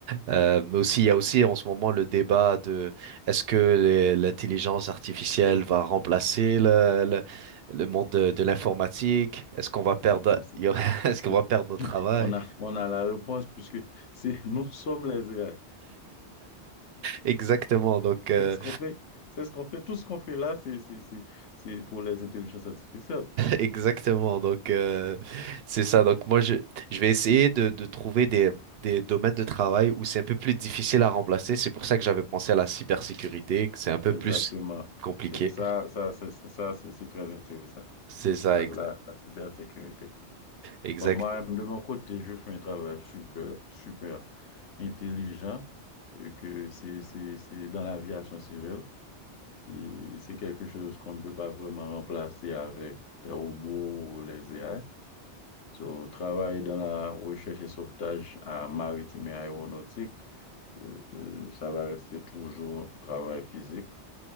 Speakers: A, on the right; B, on the left.
A: Euh, mais aussi, il y a aussi en ce moment le débat de est-ce que les- l'intelligence artificielle va remplacer le, le, le monde de, de l'informatique? Est-ce qu'on va perdre
B: Bon, c'est, c'est-
A: <laughs>
B: c'est-
A: est-ce
B: c'est-
A: qu'on va perdre notre
B: <laughs>
A: travail?
B: On a, on a la réponse puisque c'est, nous sommes les AI.
A: Exactement. Donc, euh,
B: C'est ce qu'on fait. C'est ce qu'on fait. Tout ce qu'on fait là, c'est, c'est, c'est, c'est pour les intelligences artificielles.
A: Exactement, donc euh, c'est ça. Donc moi, je, je vais essayer de, de trouver des, des domaines de travail où c'est un peu plus difficile à remplacer. C'est pour ça que j'avais pensé à la cybersécurité, que c'est un peu
B: Exactement.
A: plus compliqué.
B: Ça, ça, c'est, c'est- ça, c'est c'est très intéressant.
A: C'est ça,
B: La,
A: ex-
B: la, la cybersécurité.
A: exact.
B: Bon, moi, de mon côté, je fais un travail super, super intelligent et que c'est c'est- c'est dans l'aviation civile. Et c'est quelque chose qu'on ne peut pas vraiment remplacer avec les robots ou les AI. So, travailler dans la recherche et sauvetage à maritime et aéronautique, euh, euh, ça va rester toujours travail physique.